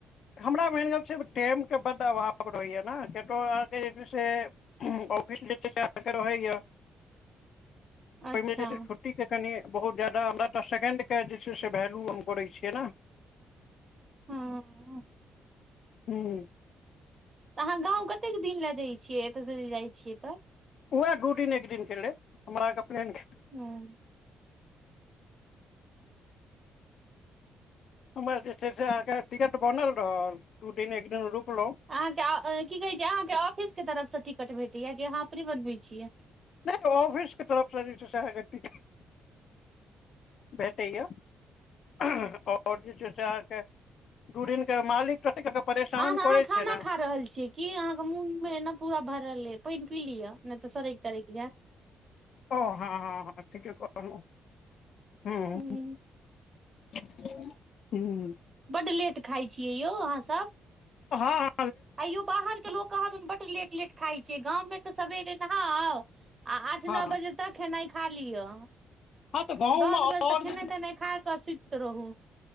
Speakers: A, on the left (about 50°); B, on the right (about 20°).
A: हमरा मेन गप टेम तऽ बताय रहैया ने कियात अहाँके जे छै से ऑफिस जे छै आहां के रहेया,
B: अच्छा
A: ओहि मे जे छै खुद ु के कनि बहुत जादा हमरा तऽ सेकें्ड के जे छै से वैल्यू हम करै छियै ने।
B: हँ।
A: ह्म।
B: तऽ अहाँ गाँव कतेक दिन लए जाइ छियै एतऽसँ जे जाइ छियै तऽ।
A: उएह दू दिन एक दिन केै हमरा प्रैंक
B: हूं।
A: हमर जे छै से अहाँके टिकट बनल रहल दू दिन एक दिन रुकलहुँ।
B: अहाँ के अ की कहे छै अहाँ के ऑफिस के तरफ से टिकट भेटय या की आहाँ अपने बनबै छियै।
A: नहि त ऑफिसके तरफसँ जे छै सेह न किछ भेटेयऽ। आओर जे छै से अहाँके दू दिन के मालिक परेशान
B: आर
A: करै
B: अहाँ खाना
A: छै ने
B: खा रहल छीयै की अहाँके मुंह मे ना पूरा भरल अय, पाइन पी लियऽ नै तऽ सड़ेक- तरैक जैत।
A: ओ हँ -हँ- हँ ठीके कहलौं, हूं।
B: हूँ
A: <unintelligible> हू।
B: बड्ड लेट खाइ छियै यौ अहाँसभ।
A: हँ हॅं।
B: आंइयो बाहरके लोक कहांदन बड्ड लेट- लेट खाइ छै, गाँवमे तऽ सवेरे नहा आउ आ आठ
A: हँ
B: नो बजे तक खेनाइ खा लिअ।
A: हँ तऽ गाँवमे
B: दस
A: आओर
B: बजे तक खेनाइ-
A: जे
B: तेनाइ खा कऽ सुइत रहू।